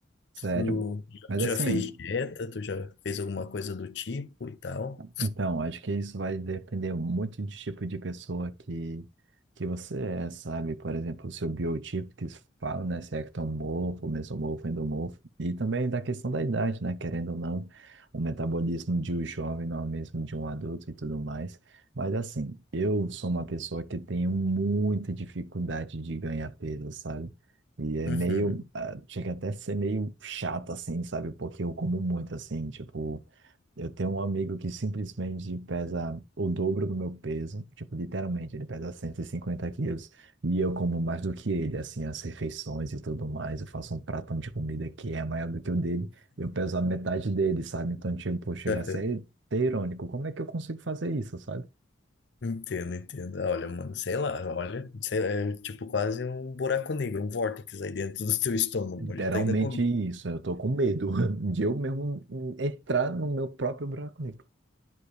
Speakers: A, on the right (about 65°); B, on the left (about 60°).
A: sério?
B: Tu,
A: Mas
B: tu
A: assim,
B: já fez dieta? Tu já fez alguma coisa do tipo e tal?
A: Então, acho que isso vai depender muito de tipo de pessoa que, que você é, sabe? Por exemplo, o seu biotipo que se fala, né? Se é ectomorfo, mesomorfo, endomorfo. E também da questão da idade, né? Querendo ou não, o metabolismo de um jovem não é o mesmo de um adulto e tudo mais. Mas assim, eu sou uma pessoa que tenho muita dificuldade de ganhar peso, sabe? E é
B: Uhum.
A: meio, ah, chega até a ser meio chato, assim, sabe? Porque eu como muito, assim, tipo. Eu tenho um amigo que simplesmente pesa o dobro do meu peso, tipo, literalmente, ele pesa 150 quilos, e eu como mais do que ele, assim, as refeições e tudo mais, eu faço um pratão de comida que é maior do que o dele, eu peso a metade dele, sabe? Então, tipo, chega
B: <laughs>
A: a ser até irônico, como é que eu consigo fazer isso, sabe?
B: Entendo, entendo. Ah, Olha, mano, sei lá, olha, sei lá, é tipo quase um buraco negro, um vórtice aí dentro do teu estômago,
A: Literalmente
B: onde tá ainda comida.
A: isso, eu tô com medo <laughs> de eu mesmo entrar no meu próprio buraco negro.